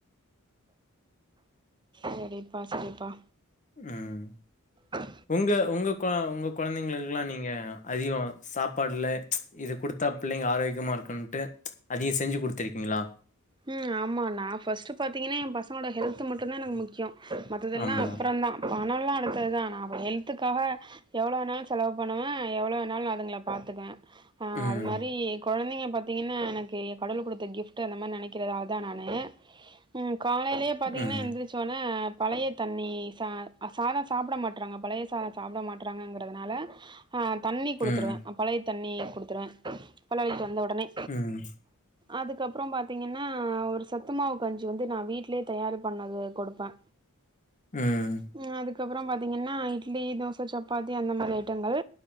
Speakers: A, on the right; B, on the left.
A: செரிப்பா செரிப்பா
B: ம்
A: உஹ
B: உங்க உங்க கொ உங்க கொழந்தைங்களுக்குலா நீங்க அதிக சாப்பாட்ல இது குடுத்தா பிள்ளைங்க ஆரோக்கியமா இருக்குன்ட்டு அதிக செஞ்சு குடுத்திருக்கீங்ளா
A: ம் ஆமா நா ஃபஸ்ட்டு பாத்தீங்கனா எ பசங்களோட ஹெல்த்து மட்டு்தா எனக்கு முக்கிய மத்ததெல்லா
B: ஆமா.
A: அப்பறந்தா பணல்லா அடுத்தத்தா ஆனா ப ஹெல்த்துக்காக எவ்ளோ வேணாலு செலவு பண்ணுவ எவ்ளோ வேணாலு அதுங்ள பாத்துக்குவே ஆ
B: ம்.
A: அது மாரி கொழந்திங்க பாத்தீங்கன்னா எனக்கு கடவ்ளு குடுத்த கிஃப்ட்டு அந்த மார் நெனைக் கிற நா அதா நானு ம் காலையிலேயே பாத்தீங்கன்னா
B: ம்.
A: எந்திரி ச்சொன்ன பழைய தண்ணி ச சாதம் சாப்பிட மாட்றாங்க பழைய சாத சாப்ட மாட்றாங்க ன்றதனால அ தண்ணி குடுத்துருவே
B: ம்.
A: அ பழய தண்ணிய குடுத்துருவே பழவைக்கு வந்த ஒ சொன்னே
B: ம்.
A: அதுக்கப்புறம் பாத் பாத்தீங்கன்னா ஒரு சத்துமாவு கஞ்சி வந்து நா வீட்லயே தயாரு பண்ணது கொடுப்ப
B: ம்
A: ம் அதுக்கப்புறம் பாத்தீங்கன்னா இட்லி தோச சப்பாத்தி அந்த மாரி ஐட்டங்கள்